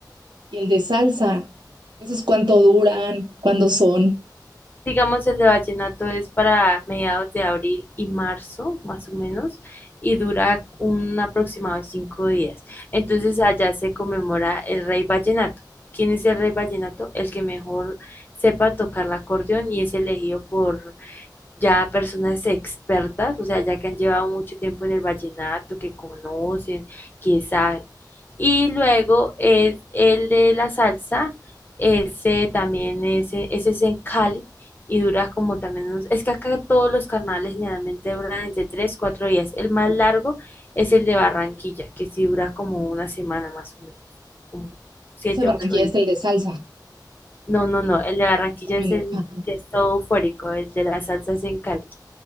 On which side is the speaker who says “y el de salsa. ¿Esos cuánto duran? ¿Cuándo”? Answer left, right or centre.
Right